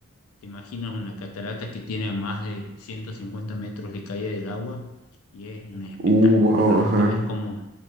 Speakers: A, on the left; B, on the right.
A: te imaginas una catarata que tiene más de 150 metros de caída del agua y es un espectáculo
B: Uh, wow,
A: realmente
B: ajá.
A: ver cómo